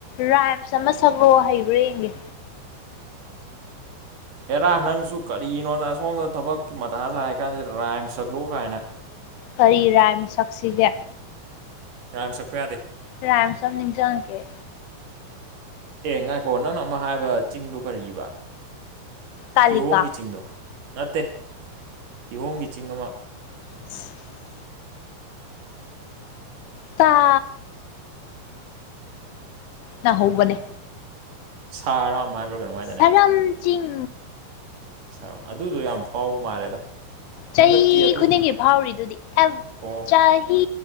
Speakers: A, on the left; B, on the right.
A: ꯔꯥꯏꯝꯁ ꯑꯃ ꯁꯛꯂꯣ ꯍꯩꯕ꯭ꯔꯥ ꯌꯦꯡꯒꯦ
B: ꯑꯦꯔꯥ ꯅꯪꯁꯨ ꯀꯔꯤꯅꯣꯅ ꯑꯁꯣꯝꯗ ꯊꯕꯛꯀꯤ ꯃꯇꯥꯗ ꯍꯥꯏ ꯀꯥꯟꯁꯤꯗ ꯔꯥꯏꯝ ꯁꯛꯂꯣ ꯀꯥꯏꯅ
A: ꯀꯔꯤ ꯔꯥꯏꯝ ꯁꯛꯁꯤꯒꯦ
B: ꯀꯥꯏꯝ ꯁꯛꯄ ꯌꯥꯗꯦ
A: ꯔꯝ ꯁꯝꯅꯤꯖꯉꯒꯦ
B: ꯑꯦ ꯉꯥꯏꯈꯣ ꯅꯪꯅ ꯑꯃ ꯍꯥꯏꯕ ꯆꯤꯡꯗꯣ ꯀꯔꯤꯕ
A: ꯀꯥꯂꯤꯀꯥ
B: ꯀꯤꯍꯣꯝꯒꯤ ꯆꯤꯡꯗꯣ ꯅꯠꯇꯦ ꯀꯤꯍꯣꯝꯒꯤ ꯆꯤꯡ ꯑꯃ
A: <inaudible> ꯇ ꯅ ꯍꯧꯕꯅꯦ
B: ꯁꯥ ꯑꯔꯥꯝ ꯍꯥꯏꯕ꯭ꯔꯥꯒ ꯅꯨꯡꯉꯥꯏꯗꯅꯦ
A: ꯁꯔꯝ ꯆꯤꯡ
B: ꯁꯥ ꯑꯗꯨꯗꯣ ꯌꯥꯝ ꯐꯥꯎꯕ ꯃꯥꯜꯂꯦꯗ
A: ꯆꯍꯤ
B: ꯍꯟꯗꯛꯇꯤ ꯑꯗꯨ
A: ꯈꯨꯗꯤꯡꯒꯤ ꯐꯥꯎꯔꯤꯗꯨꯗꯤ
B: ꯑꯣ
A: ꯆꯍꯤ